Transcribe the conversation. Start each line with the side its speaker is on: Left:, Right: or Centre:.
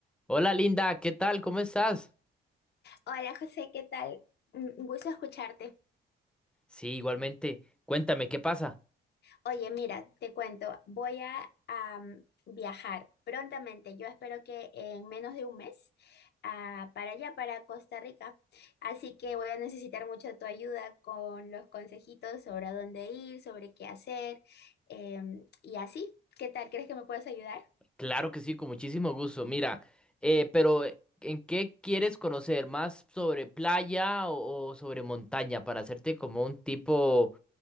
Centre: Hola Linda, ¿qué tal? ¿Cómo estás?
Left: Hola José, ¿qué tal? Mm, Un gusto escucharte.
Centre: Sí, igualmente. Cuéntame, ¿qué pasa?
Left: Oye, mira, te cuento, voy a am, viajar prontamente. Yo espero que en menos de un mes ah, para allá, para Costa Rica. Así que voy a necesitar mucho de tu ayuda con los consejitos sobre a dónde ir, sobre qué hacer em, y así. ¿Qué tal? ¿Crees que me puedes ayudar?
Centre: Claro que sí, con muchísimo gusto. Mira, eh, pero eh, ¿en qué quieres conocer? ¿Más sobre playa o, o sobre montaña? Para hacerte como un tipo